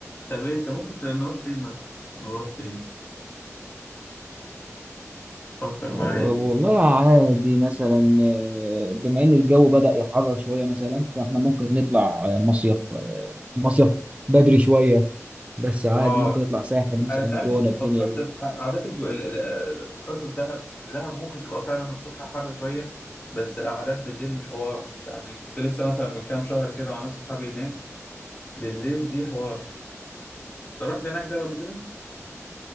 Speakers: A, on the left; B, on the right.
A: طب إيه انت ممكن ت- نروح فين مثلا نروح فين فكر
B: والله
A: معايا كده
B: عادي مثلا آه، بما ان الجو بدأ يحرر شوية مثلا فاحنا ممكن نطلع آه، مصيف آه، مصيف بدري شوية بس عادي
A: اه
B: ممكن نطلع ساحل مثلا
A: انا انت عارف
B: جونة
A: فكرت
B: الدنيا دي
A: في قعدات الجو... ال- ال- آه، فكرت في دهب دهب ممكن تبقى فعلا الصبح حر شويه بس القعدات بالليل الحوار يعني كنت لسه مثلا من كام شهر كده مع ناس اصحابي هناك بالليل دي حوار انت رحت هناك دهب قبل كده